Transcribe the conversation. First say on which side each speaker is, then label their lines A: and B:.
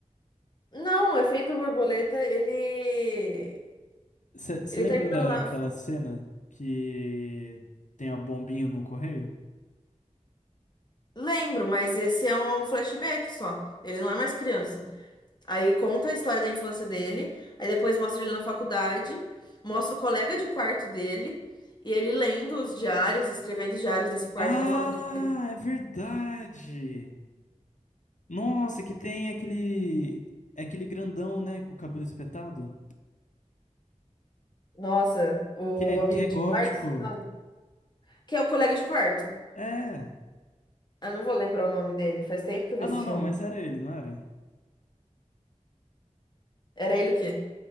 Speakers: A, on the left; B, on the left.
A: Não, o Efeito Borboleta, ele.
B: Você
A: Ele
B: lembra
A: tá entrando.
B: daquela cena que tem a bombinha no correio?
A: Lembro, mas esse é um flashback só. Ele não é mais criança. Aí conta a história da infância dele, aí depois mostra ele na faculdade, mostra o colega de quarto dele, e ele lendo os diários, escrevendo os diários desse quarto
B: Ah,
A: da faculdade.
B: é verdade! Nossa, que tem aquele aquele grandão, né, com o cabelo espetado,
A: Nossa, o
B: que é,
A: amigo
B: que é
A: de
B: gótico.
A: quarto, você fala? que é o colega de quarto.
B: É.
A: Eu não vou lembrar o nome dele, faz tempo que
B: Ah,
A: eu vi esse
B: não,
A: filme.
B: não, mas era ele, não era?
A: Era ele o quê?